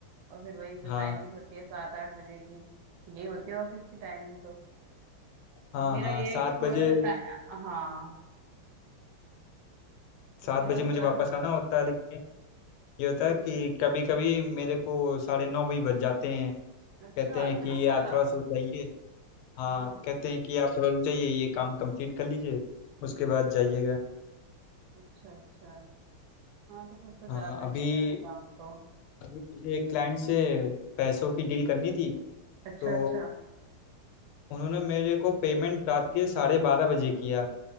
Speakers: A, on the right; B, on the left.
A: और फिर वही जो
B: हाँ
A: टाइमिंग होती है सात आठ बजे की ये होती है ऑफिस की टाइमिंग तो
B: हाँ
A: मेरा
B: हाँ
A: ये
B: सात
A: है कि थोड़ा
B: बजे
A: सा टा... हाँ तो
B: सात
A: मेरा
B: बजे
A: थोड़ा
B: मुझे वापस
A: सा
B: आना होता है लेकिन ये होता
A: हम्म,
B: है कि
A: हम्म।
B: कभी कभी मेरे को साढ़े नौ भी बज जाते हैं
A: अच्छा
B: कहते हैं
A: इतना
B: कि
A: सारा
B: आप थोड़ा सा जाइए हाँ
A: हाँ हाँ वो
B: कहते हैं कि आप थोड़ा रुक जाइए ये काम कंप्लीट कर लीजिए उसके
A: अच्छा
B: बाद
A: अच्छा
B: जाइएगा
A: अच्छा अच्छा हाँ तो फिर तो
B: हाँ
A: ज्यादा
B: अभी
A: ही है यार काम तो
B: अभी मुझे एक क्लाइंट से पैसों की डील करनी थी
A: अच्छा
B: तो
A: अच्छा
B: उन्होंने मेरे को पेमेंट रात के साढ़े बारह बजे किया